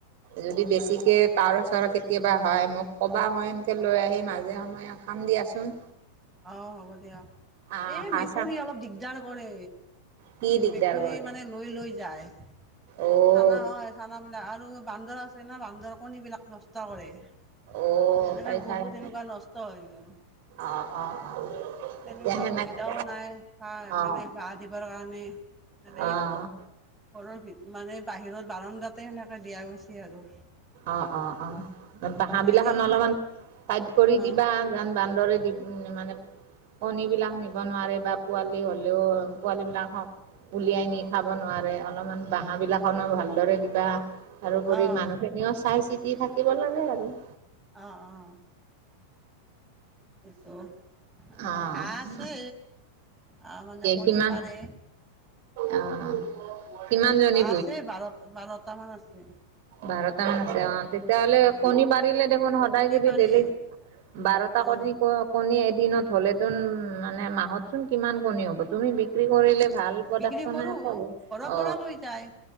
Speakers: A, on the right; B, in the centre.
A: যদি বেছিকে পাৰ চাৰ কেতিয়াবা? হয় মোক ক'বা মই এনেকৈ লৈ আহিম আজে সময়ে খাম দিয়াচোন?
B: আহ হ'ব দিয়া
A: আহ
B: এই
A: হাঁহ
B: মেকুৰী
A: চাহ
B: অলপ দিগদাৰ কৰে
A: কি দিগদাৰ
B: মেকুৰী
A: কৰে
B: মানে লৈ লৈ যায়।
A: অ'
B: চানা হয় চানা বিলাক আৰু বান্দৰ আছে না বান্দৰ দৰকণিবিলাক নষ্ট কৰে। ‌ <unintelligible>
A: অ'
B: এনেকে
A: সেইকাৰণে
B: বহুত এনেকুৱা নষ্ট হৈ গৈ আৰু
A: অ' অ' অ'
B: তেনেকুৱা
A: এতিয়া সেনেকে
B: সুবিধাও নাই
A: অ'
B: মানে বাঁহ দিবৰ কাৰণে মানে
A: অ' অ'
B: ঘৰৰ মানে বাহিৰত বাৰানদাতে সেনেকে দিয়া গৈছে আৰু
A: অ অ অ বাহ বিলাক
B: এনেই
A: অলপমান পাইট কৰি
B: অঁ
A: দিবা যোন বান্দৰে দি মানে কণী বিলাক নিব নোৱাৰে বা পোৱালি হলেও পোৱালী বিলাকক উলিয়াই নি খাব নোৱাৰে অলপমান বাহ বিলাকন ভালদৰে কিবা তাৰোপৰি
B: অঁ
A: মানুহ খিনিও চাই চিতি থাকিব লাগে আৰু
B: আহ আহ সেইটো আৰু
A: অ'
B: হাঁহ আছে অহ মানে কণী
A: কিমান
B: পাৰে
A: অ'
B: হাঁহ
A: কিমানজনী
B: আছে বাৰটা বাৰটা মান আছে
A: বাৰটা মান‌ আছে অ তেতিয়াহলে
B: অঁ
A: কণী পাৰিলে দেখোন সদায়
B: কণী
A: যদি
B: পাৰে
A: দেলি বাৰটা
B: অঁ
A: কৰি কণী বাৰ দিনত হলেচোন মানে মাহতচোন কিমান কণী হব তুমি বিক্ৰী কৰিলে ভাল প্ৰডাকচনে
B: বিক্ৰী কৰোঁ
A: পাব
B: ঘৰৰ
A: অ
B: পৰা লৈ যায়